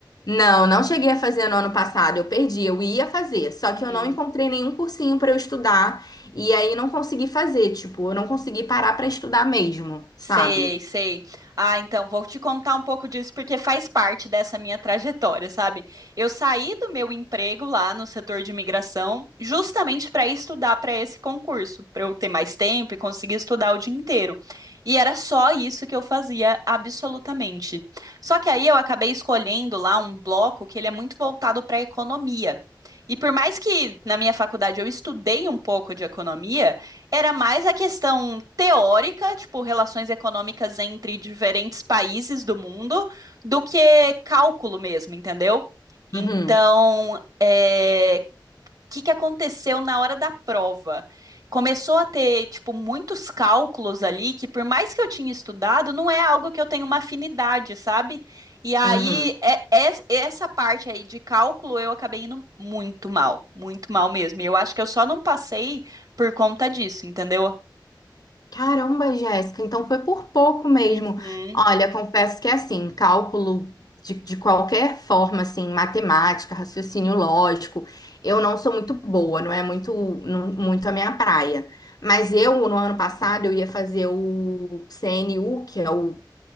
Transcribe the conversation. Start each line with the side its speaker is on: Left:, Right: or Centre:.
Left: Não, não cheguei a fazer no ano passado, eu perdi, eu ia fazer, só
Right: Hum.
Left: que eu não encontrei nenhum cursinho pra eu estudar e aí não consegui fazer, tipo, eu não consegui parar pra estudar mesmo, sabe?
Right: Sei, sei. Ah, então vou te contar um pouco disso porque faz parte dessa minha trajetória, sabe? Eu saí do meu emprego lá no setor de imigração justamente para estudar para esse concurso, para eu ter mais tempo e conseguir estudar o dia inteiro. E era só isso que eu fazia absolutamente. Só que aí eu acabei escolhendo lá um bloco que ele é muito voltado para economia. E por mais que na minha faculdade eu estudei um pouco de economia, era mais a questão teórica, tipo, relações econômicas entre diferentes países do mundo, do que cálculo mesmo, entendeu? Então,
Left: Uhum,
Right: eh, que, que aconteceu na hora da prova. Começou a ter, tipo, muitos cálculos ali que, por mais que eu tinha estudado, não é algo que eu tenho uma afinidade, sabe? E aí,
Left: uhum.
Right: é- é- essa parte aí de cálculo, eu acabei indo muito mal, muito mal mesmo. E eu acho que eu só não passei por conta disso, entendeu?
Left: Caramba, Jéssica, então foi por pouco mesmo.
Right: Uhum,
Left: Olha, confesso que é assim, cálculo de, de qualquer forma, assim, matemática, raciocínio lógico, eu não sou muito boa, não é muito, não- muito a minha praia. Mas eu, no ano passado, eu ia fazer o CNU, que é o